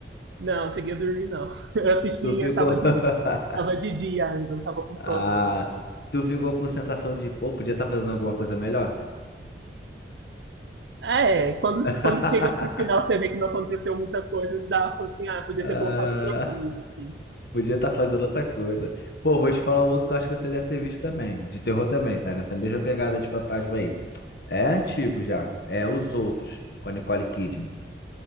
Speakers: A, on the right; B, on the left.
A: Não, cheguei a dormir, não. <laughs> Eu assisti,
B: Tu ficou.
A: eu tava
B: <laughs>
A: de dia, tava de dia ainda, não tava com
B: Ah,
A: sono, não.
B: tu ficou com sensação de, pô, podia estar fazendo alguma coisa melhor?
A: Ah, É, quando,
B: <laughs>
A: quando chega pro final, você vê que não aconteceu muita coisa, dá pra, assim, ah, podia
B: Ah,
A: ter colocado outra coisa, assim.
B: podia estar fazendo outra coisa. Pô, vou te falar um outro que eu acho que você deve ter visto também. De terror também, tá? Nessa mesma pegada de fantasma aí. É antigo já. É Os Outros, com a Nicole Kidman. Não